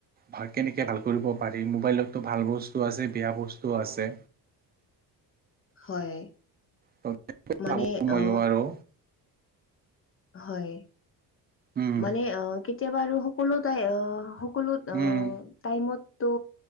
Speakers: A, on the right; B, on the left.
A: হয় কেনেকে ভাল কৰিব পাৰি মোবাইলতো ভাল বস্তু আছে বেয়া বস্তুও আছে।
B: হয়
A: তেনেকে
B: মানে
A: ভাবোঁ আৰু মইয়ো
B: অ
A: আৰু।
B: হয়
A: উম
B: মানে অ কেতিয়াবা আৰু সকলো তাই অ সকলোত অ
A: উম
B: টাইমতো